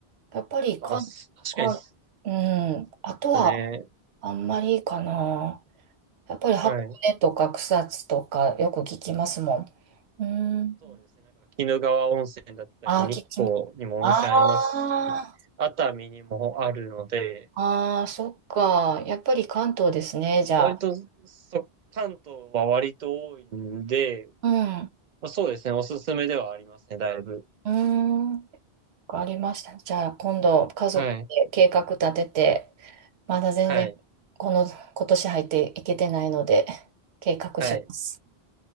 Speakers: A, on the right (about 75°); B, on the right (about 50°).
A: やっぱりか、
B: あ、す確かにそ
A: か、うん、
B: うですね。
A: あとはあんまりかな。やっぱり箱根とか草津とかよく聞きますも
B: はい。
A: ん。うん。
B: そうですね。なんか、鬼怒川温泉だったり、
A: ああ、
B: 日光にも温泉ありますし、
A: 聞き、ああ、
B: 熱海にもあるので、
A: ああ、そっか。やっぱり関東ですね、じゃあ。
B: 割と、そ、関東は割と多いんで、
A: うん。
B: まあ、そうですね。おすすめではありますね、だいぶ。
A: うん。わかりましたね。じゃあ、今度、家族で計画立てて、
B: はい。
A: まだ全然、
B: はい。
A: この、今年入っていけてないので、計画します。
B: はい。